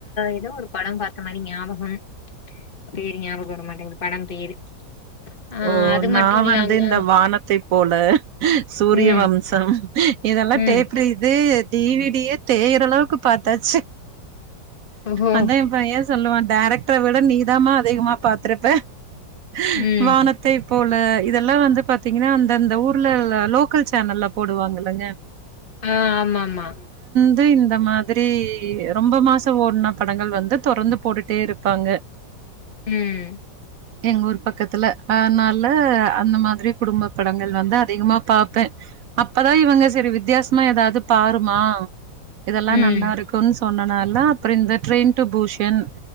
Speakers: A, on the left; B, on the right.
A: எதோ ஒரு படோ பாத்த மாரி ஞாபகம் பேரு ஞாபகோ‌ வர மாட்டேங்குது படம் பேரு ஆ
B: ஓ
A: அது
B: நா
A: மட்டு
B: வந்து
A: இல்லாம
B: இந்த வானத்தை போல சூரிய
A: ம்
B: வம்சம் இதெல்லாம்
A: ம்
B: டேப்ரி இது டி வி டி யே தேயுற அளவுக்கு பாத்தாச்சு
A: ஓஹோ
B: அதான் எபையன் சொல்லுவான் டேரக்டர விட நீதாமா அதிகமா பாத்துருப்ப <inaudible>
A: ம்
B: வானத்தை போல் ல இதெல்லாம் வந்து பாத்தீங்கன்னா அந்தந்த ஊர்ல லோக்கல் சேனல்ல போடுவாங்க இல்லங்க
A: ஆ ஆமாமா
B: இது இந்த மாதிரி ரொம்ப மாசம் ஓடுன படங்கள் வந்து தொடர்ந்து போட்டுட்டே இருப்பாங்க
A: ம்
B: எங்க ஊர் பக்கத்துல அதனால அந்த மாதிரி குடும்ப படங்கள் வந்து அதிகமா பாார்ப்பேன் அப்பதான் இவங்க சேரி வித்தியாசமா ஏதாவது பாருமா இதெல்லா
A: ம்
B: நல்லா இருக்குன்னு சொ சொன்னனால அப்புறம் இந்த ட்ரெயின் டு பூஷன்